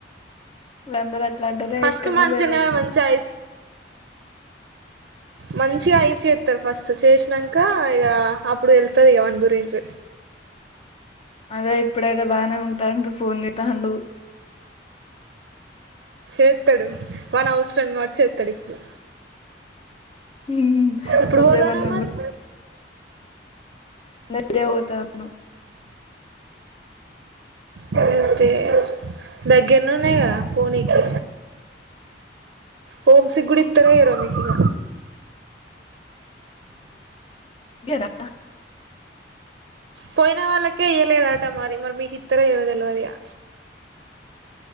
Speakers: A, on the left; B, on the right.
A: లందరు ఇట్లు అంటనే
B: ఫస్ట్
A: యిక్కెన్న
B: మంచినే
A: పోయిన
B: మంచి ఐస్ మంచిగా ఐస్ చేస్తారు ఫస్ట్ చేసినాంక ఇక అప్పుడు వెళ్తారు ఇక వాని గురించి
A: అదే ఇప్పుడైతే బానే ఉంటా ఫోన్ చేస్తాండు
B: చేస్తడు వాన అవసరం కాబట్టి చేస్తడు ఇప్పుడు
A: హు హుమ్
B: ఎప్పుడు
A: వసె
B: పోతాన్నావ్
A: వన్
B: మరి
A: నదే పోతాను
B: లేక్పో తె దగ్గరను ఉన్నాయి కదా పోనీకి హోమ్ సిక్ గుడ ఇతరో ఈయరో మికీగ
A: ఇయరా
B: పోయిన వాళ్ళకే ఇయలేదట మరి మరి మీ ఇత్తరో ఈయరో తెలవదిగా